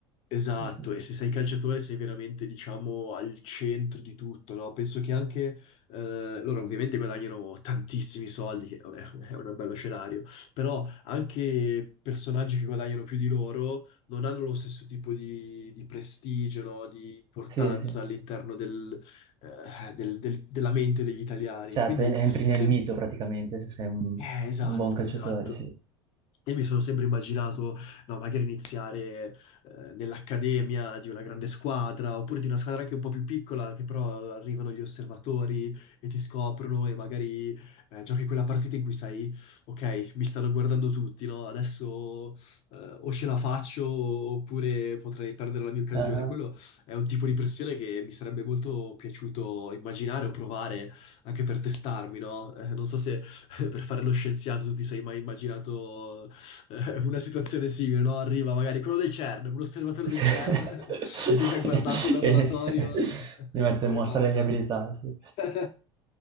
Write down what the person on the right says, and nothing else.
Mhm,
Sì, sì.
Certo,
en- entri
nel mito praticamente se sei un,
un buon calciatore,
sì.
Ah.
Sì.
<laughs>
Sì.
<laughs> Che
Mi metto in
mostra
le mie abilità, sì.